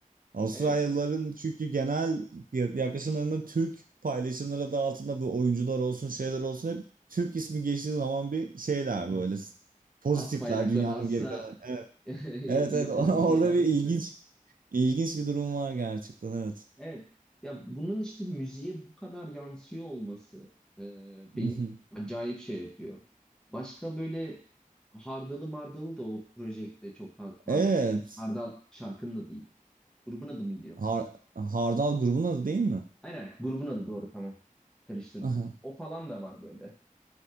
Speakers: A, on the right (about 75°); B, in the centre.
A: Avustralyalıların
B: Evet.
A: çünkü genel ya- yaklaşımlarında Türk paylaşımları adı altında bu oyuncular olsun şeyler olsun hep Türk ismi geçtiği zaman bir şeyler
B: <laughs>
A: böyle pozitifler
B: As bayrakları
A: dünyanın
B: assa
A: geri kalanı. Evet.
B: <laughs> yakın
A: Evet evet <laughs> orada
B: bir şey var.
A: bir ilginç
B: <laughs>
A: İlginç bir durum var gerçekten evet.
B: Evet. Ya bunun işte müziğe bu kadar yansıyor olması e,
A: Mhm.
B: beni acayip şey yapıyor. Başka böyle Hardalı Mardalı da o projekte çok fazla Hardal,
A: Evet.
B: da ya, Hardal şarkının adı değil. Grubun adı mıydı yoksa?
A: Har- Hardal grubun adı değil mi?
B: Aynen grubun adı doğru tamam. Karıştırdım.
A: Aha.
B: O falan da var böyle.